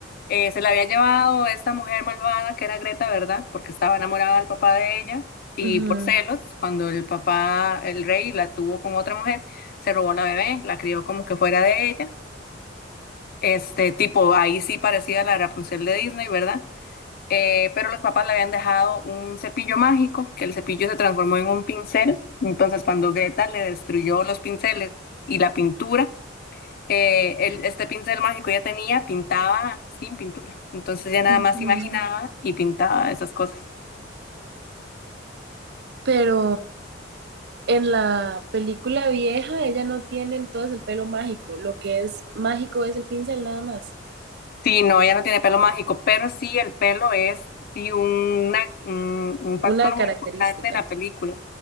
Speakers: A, on the left; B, on the right.
A: Eh, se la había llevado esta mujer malvada que era Greta, ¿verdad? Porque estaba enamorada del papá de ella y
B: ujú,
A: por celos, cuando el papá, el rey, la tuvo con otra mujer, se robó la bebé, la crió como que fuera de ella. Este tipo, ahí sí parecía la Rapunzel de Disney, ¿verdad? Eh, pero los papás le habían dejado un cepillo mágico, que el cepillo se transformó en un pincel. Entonces, cuando Greta le destruyó los pinceles y la pintura, eh, el- este pincel mágico ya tenía, pintaba sin pintura. Entonces ya nada
B: ujú.
A: más imaginaba y pintaba esas cosas.
B: Pero En la película vieja, ella no tiene entonces el pelo mágico. Lo que es mágico es el pincel nada más.
A: Sí, no, ella no tiene pelo mágico, pero sí el pelo es sí una- un, un factor
B: Una
A: muy
B: característica.
A: importante en la película,